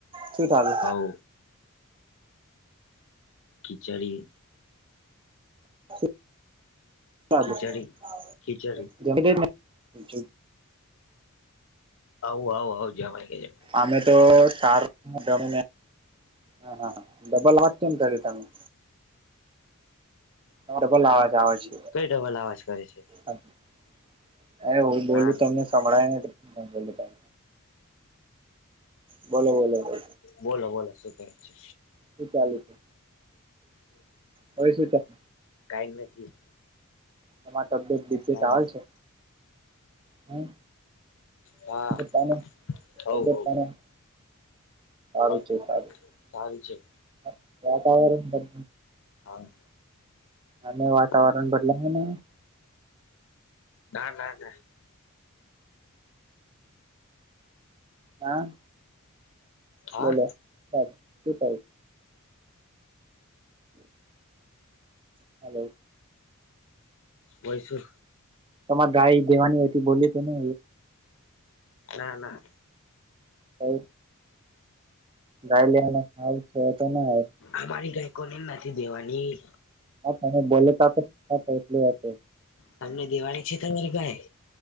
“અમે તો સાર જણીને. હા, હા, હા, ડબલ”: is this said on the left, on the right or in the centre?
Right